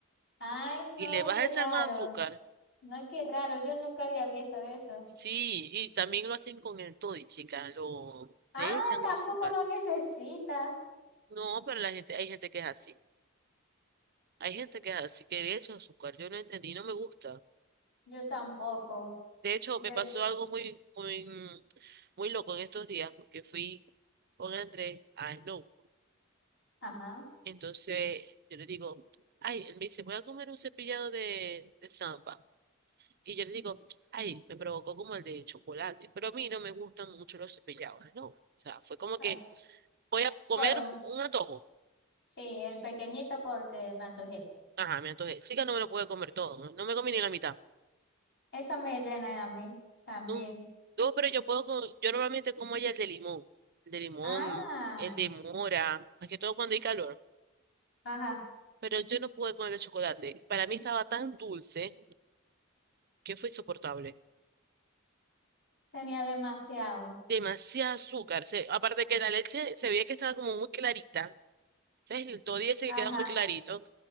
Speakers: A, on the left (about 55°); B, on the right (about 50°).
A: Ay,
B: ¿Y
A: no,
B: le vas
A: qué
B: a echar
A: raro.
B: más azúcar?
A: No, qué raro. Yo nunca había visto eso.
B: Sí, y también lo hacen con el Toddy, chica. Lo,
A: Ah,
B: le echan
A: tampoco
B: azúcar.
A: lo necesita.
B: No, pero la gente, hay gente que es así. Hay gente que es así, que le echan azúcar. Yo no entendí, no me gusta.
A: Yo tampoco.
B: De hecho,
A: Yo,
B: me pasó algo muy, muy, mm, muy loco en estos días, porque fui con Andrés a Snow.
A: ajá.
B: Entonces, yo le digo, ay, él me dice, voy a comer un cepillado de, de samba. Y yo le digo, ay, me provocó como el de chocolate. Pero a mí no me gustan mucho los cepillados, ¿no? O sea, fue como
A: ah,
B: que voy a comer
A: Por un-
B: un antojo.
A: sí, el pequeñito porque me antojé.
B: Ajá, me antojé. Sí que no me lo pude comer todo, no, no me comí ni la mitad.
A: Eso me llena a mí también.
B: No, no, pero yo puedo, co- yo normalmente como ya el de limón, el de limón,
A: Ah,
B: el de mora, más que todo cuando hay calor,
A: ajá.
B: pero yo no pude con el de chocolate. Para mí estaba tan dulce que fue insoportable.
A: Tenía demasiado.
B: Demasiado azúcar, se- aparte que la leche se veía que estaba como muy clarita, ¿sabes? El toddy ese
A: Ajá.
B: que queda muy clarito.